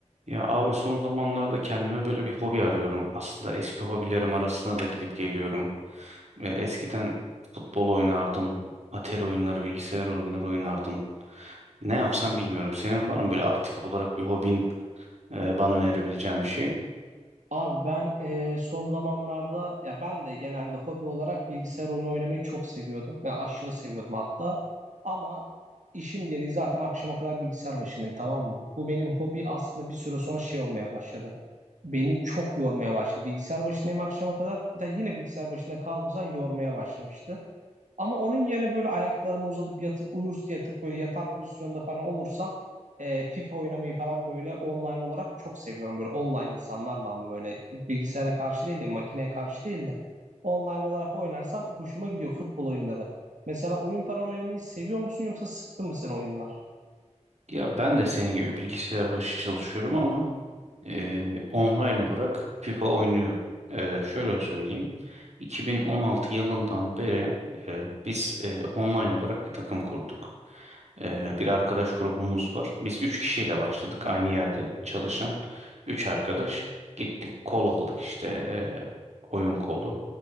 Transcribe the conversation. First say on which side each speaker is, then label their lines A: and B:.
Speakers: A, on the right; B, on the right.
A: Ya abi son zamanlarda kendime böyle bir hobi arıyorum. Aslında eski hobilerim arasına da gidip geliyorum. Ve eskiden futbol oynardım, atari oyunları, bilgisayar oyunları oynardım. Ne yapsam bilmiyorum. Senin var mı böyle aktif olarak bir hobin, e, bana önerebileceğin bir şey?
B: Abi ben e, son zamanlarda ya ben de genelde hobi olarak bilgisayar oyunu oynamayı çok seviyordum. Ben aşırı seviyordum hatta. Ama işim gereği zaten akşama kadar bilgisayar başındayım tamam mı? Bu benim hobi aslında bir süre sonra şey olmaya başladı. Beni çok yormaya başladı. Bilgisayar başındayım akşama kadar. Bir de yine bilgisayar başında kaldığım zaman yormaya başlamıştı. Ama onun yerine böyle ayaklarımı uzatıp yatıp uyur yatıp böyle yatar pozisyonda falan olursam e, FIFA oynamayı falan böyle online olarak çok seviyorum. Böyle online insanlarla ama böyle bilgisayara karşı değil de makineye karşı değil de online olarak oynarsam hoşuma gidiyor futbol oyunları. Mesela oyun falan oynamayı seviyor musun yoksa sıktı mı sen oyunlar?
A: Ya ben de senin gibi bilgisayar başı çalışıyorum ama Eee, online olarak FIFA oynuyorum. Eee, şöyle söyleyeyim. 2016 yılından beri eee, biz eee, online olarak bir takım kurduk. Eee, bir arkadaş grubumuz var. Biz 3 kişiyle başladık. Aynı yerde çalışan 3 arkadaş. Gittik kol aldık işte eee, oyun kolu,